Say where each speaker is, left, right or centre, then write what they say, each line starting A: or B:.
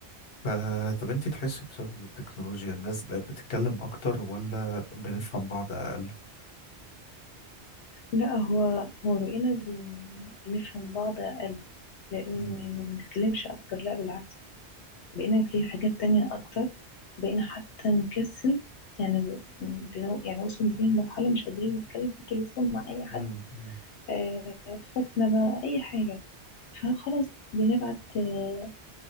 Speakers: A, on the left; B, on the left.
A: ف- طب انت تحسي بسبب التكنولوجيا الناس بقت بتتكلم اكتر ولا بنفهم بعض اقل؟
B: لا هو هو بقينا بن... بنفهم بعض أقل لأن
A: مم.
B: ما بنتكلمش أكتر لا بالعكس بقينا نتكلم في حاجات تانية أكتر بقينا حتى نكسل يعني ب... بن- يعني وصل بينا لمرحلة مش قادرين نتكلم في التليفون مع أي حد
A: مم. مم.
B: آه خطنا بقى أي حاجة فخلاص بنبعت آه